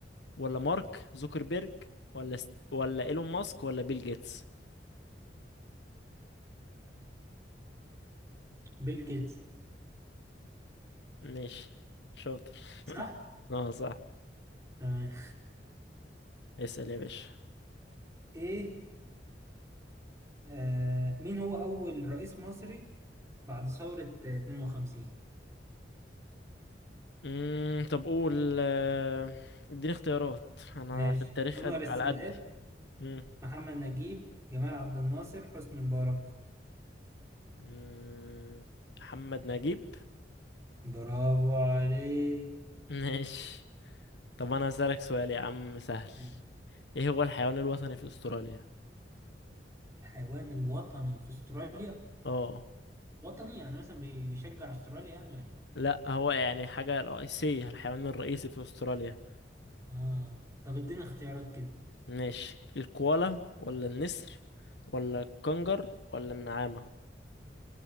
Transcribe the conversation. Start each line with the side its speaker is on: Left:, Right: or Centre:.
Left: ولا مارك زوكربيرج ولا ست... ولا ايلون ماسك ولا بيل جيتس
Right: بيل جيتس
Left: ماشي شاطر
Right: صح؟
Left: اه صح
Right: تمام
Left: اسأل يا باشا
Right: ايه آه مين هو أول رئيس مصري بعد ثورة 52
Left: امم طب قول آه، اديني اختيارات انا
Right: ماشي
Left: في التاريخ
Right: أنور
Left: قد...
Right: السادات
Left: على قدي مم.
Right: محمد نجيب جمال عبد الناصر حسني مبارك
Left: مم، محمد نجيب
Right: برافو عليك
Left: ماشي طب انا هسألك سؤال يا عم سهل
Right: ماشي
Left: ايه هو الحيوان الوطني في استراليا
Right: الحيوان الوطني في استراليا
Left: اه
Right: وطني يعني مثلا بي- بيشجع استراليا يعني ولا ايه؟
Left: لا هو يعني حاجة رئيسية الحيوان الرئيسي في استراليا
Right: اه طب ادينا اختيارات كده
Left: ماشي الكوالا ولا النسر ولا الكنجر ولا النعامة